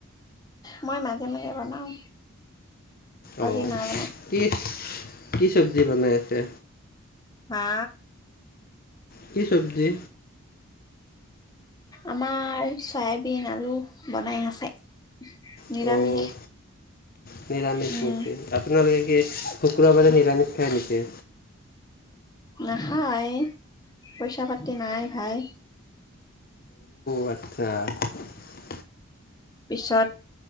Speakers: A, on the left; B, on the left.
A: মই মাজে মাজে বনাও আজি
B: অ'
A: মা বনাই
B: কি কি চব্জি বনাই আছে।
A: হা?
B: কি চবজি।
A: আমাৰ চয়াবিন আলু বনাই আছে।
B: অ'
A: নিৰামিষ
B: নিৰামিষ
A: উম
B: নেকি, আপোনালোকে কি শুক্ৰবাৰে নিৰামিষ হয় নেকি।
A: নাখায়, পইচা পাতি নাই ভাই।
B: আ
A: পিছত